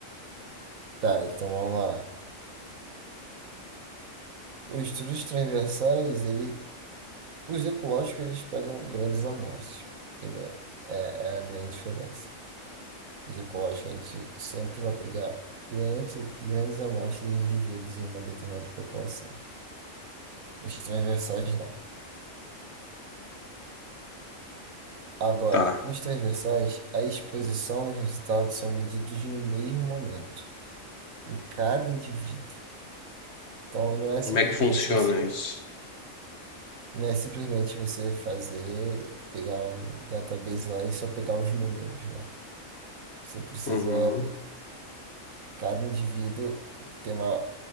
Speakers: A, on the right; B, on the left.
A: Tá, então vamos lá. Os estudos transversais, ele, os ecológicos, eles pegam grandes amostras. Primeiro, é, é a grande diferença. Os ecológicos, a gente sempre vai pegar grandes, grandes amostras de indivíduos em uma determinada população. Os transversais, não. Agora,
B: Tá.
A: nos transversais, a exposição e os resultados são medidos no mesmo momento, em cada indivíduo. Então, não é
B: Como
A: simplesmente
B: é que funciona
A: você.
B: isso?
A: Não é simplesmente você fazer, pegar o database lá e só pegar os números, né? Você precisa,
B: Uhum.
A: cada indivíduo ter uma,